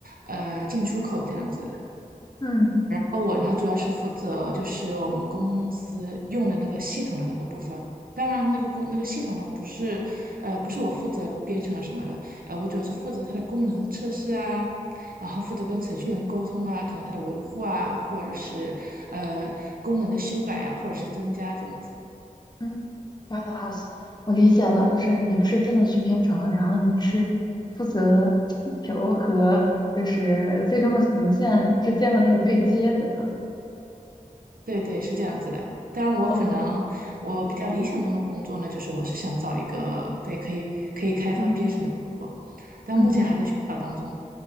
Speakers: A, on the right; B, on the left.
A: 呃，进出口这样子。
B: 嗯
A: 哦，我呢主要是负责就是我们公司用的那个系统的那个部分。当然，那个工那个系统呢，不是，呃，不是我负责编程什么的，呃，我主要是负责它的功能测试啊，然后负责跟程序员沟通啊，可能它的维护啊，或者是呃功能的修改啊，或者是增加这样子。
B: 嗯，明白了，好，我理解了，就是你不是真的去编程，然后你是负责需求和就是最终的呈现之间的那个对接的呢。
A: 对对，是这样子的。当然，我可能我比较理想中的工作呢，
B: 哦，
A: 就是我是想找一个对可以可以开发编程的工作，
B: 嗯
A: 但目前还在寻找当中。
B: 嗯